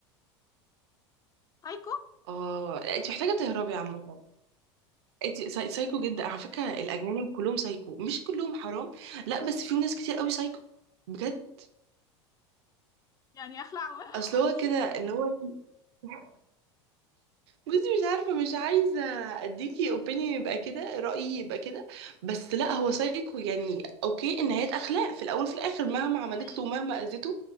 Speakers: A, on the left; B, on the right.
A: هايكو
B: اه انت محتاجه تهربي عامه انت ساي- سايكو جدا على فكره الاجانب كلهم سايكو مش كلهم حرام لا بس في ناس كتير قوي سايكو بجد
A: يعني اخلع و- <laughs>
B: اصل
A: واسيبه
B: هو كده ان هو <laughs> بصي مش عارفة مش عايزة اديكي اوبينيون يبقى كده رأيي يبقى كده بس لا هو سايكو يعني اوكي النهايات اخلاق في الاول وفي الاخر مهما عملت
A: حقيقي
B: له ومهما اذيته